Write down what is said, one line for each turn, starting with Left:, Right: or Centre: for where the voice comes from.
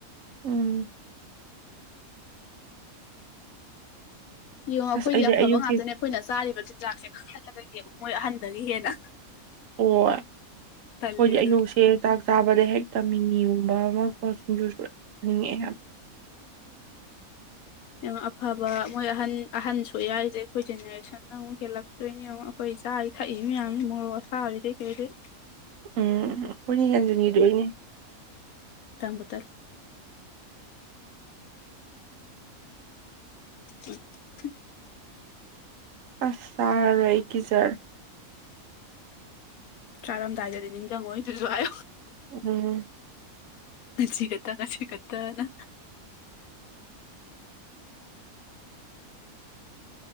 Right: ꯎꯝ
Left: ꯌꯦꯡꯉꯣ ꯑꯩꯈꯣꯏꯗꯤ
Right: ꯑꯁ ꯑꯩꯗꯤ
Left: ꯑꯐꯕ
Right: ꯑꯌꯨꯛꯀꯤ
Left: ꯉꯥꯛꯇꯅꯦ ꯑꯩꯈꯣꯏꯅ ꯆꯥꯔꯤꯕ ꯆꯤꯟꯖꯥꯛꯁꯦ ꯀꯥꯍꯜꯂꯒ ꯌꯦꯡꯉꯣ ꯃꯣꯏ ꯑꯍꯟꯗꯒꯤ ꯍꯦꯟꯅ
Right: ꯑꯣ ꯑꯩꯈꯣꯏꯒꯤ
Left: ꯇꯜꯂꯦ ꯑꯗꯨꯅ
Right: ꯑꯌꯨꯛꯁꯦ ꯆꯥꯛ ꯆꯥꯕꯗ ꯍꯦꯛꯇꯃꯤꯉꯤꯒꯨꯝꯕ ꯑꯃ ꯁꯤꯡꯅꯤꯡꯦ <inaudible>
Left: ꯡꯉ ꯑꯐꯕ ꯃꯣꯏ ꯑꯍꯟ ꯑꯍꯟꯁꯨꯌꯥꯏꯁꯦ ꯑꯩꯈꯣꯏ ꯖꯦꯅꯦꯔꯦꯁꯟꯅ ꯑꯃꯨꯛ ꯍꯦꯜꯂꯛꯇꯣꯏꯅꯦ ꯑꯃꯨꯛ ꯑꯩꯈꯣꯏꯁꯦ ꯆꯥꯔꯤ ꯊꯛꯏ ꯃꯌꯥꯝꯁꯤ ꯃꯣꯔꯣꯛ ꯑꯁꯥꯔꯤꯗꯩ ꯀꯩꯗꯩ
Right: ꯎꯝ ꯑꯩꯈꯣꯏꯅꯦ ꯌꯥꯟꯁꯤꯟꯈꯤꯗꯣꯏꯅꯦ
Left: ꯇꯥꯝꯕꯗ ꯑ
Right: ꯑꯆꯥꯥ ꯑꯩꯒꯤꯖꯔ
Left: ꯆꯥꯔꯝꯗꯥꯏꯗꯗꯤ ꯅꯤꯡꯁꯤꯡꯪꯉꯣꯏ ꯑꯗꯨꯁꯨ ꯍꯥꯏꯌꯣ
Right: ꯎꯝ
Left: ꯆꯤ ꯀꯅ ꯆꯤ ꯀꯠꯇꯅ